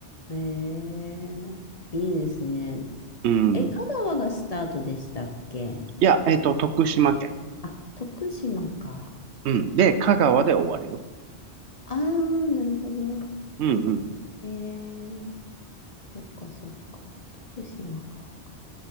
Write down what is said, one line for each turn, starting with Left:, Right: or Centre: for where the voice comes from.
Left: ええ、いいですね。
Right: うん。
Left: え、香川がスタートでしたっけ
Right: いや、えっと、徳島県。
Left: あ、徳島か。
Right: うん。で、香川で終わるよ。
Left: ああ、なるほど。
Right: うんうん。
Left: ええ、そっかそっか。徳島からか。